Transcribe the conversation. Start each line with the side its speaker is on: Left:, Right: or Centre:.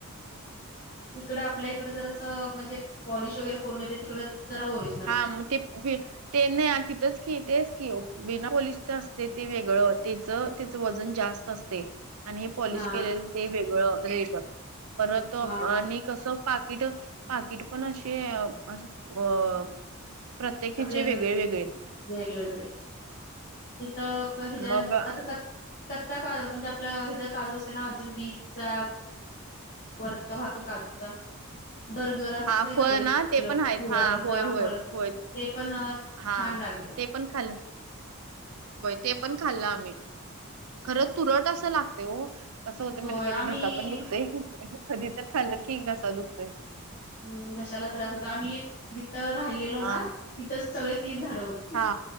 Left: इकडं आपल्या इकडं जरासं असं म्हणजे पॉलिश वगैरे करून येते तिकडे जरास ओरिजनल.
Right: हा मग ते <unintelligible> ते नाही तिथंच की तेच की बिना पाँलीशच असतयं ते वेगळं तेच तेज वजन जास्त असतयं, आणि हे पॉलिश
Left: हा
Right: केलेलं ते वेगळं रेट परत त
Left: हा
Right: आणि कसं पाकिट पाकिट पण असे अस अ प्रत्येकीचे
Left: आपल्यागत
Right: वेगळे वेगळे
Left: वेगवेगळे तिथं. <unintelligible>
Right: मग
Left: <unintelligible> म्हणजे आपलं हेजा काजू असते ना <unintelligible> बीजचा वरचा भाग तो काजूचा. बर्गर असतयं
Right: हा फळ
Left: ना ते पिवळ्यावर
Right: पण आहेत हा होय होय
Left: <unintelligible>
Right: होय
Left: ते पण
Right: हा
Left: छान लागते
Right: ते पण खाल्ल. होय ते पण खाल्लं आम्ही खरं तुरट असं लागते हो. कस होतंय माहित
Left: होय
Right: काय
Left: आम्ही
Right: ते घसा पण दुखतोय कधी तर खाल्लं की घसा दुखतोय.
Left: हम् घशाला त्रास होत आम्ही जिथं राहिलेलो ना
Right: हा
Left: तिथं सगळे तिच झाड होती.
Right: हा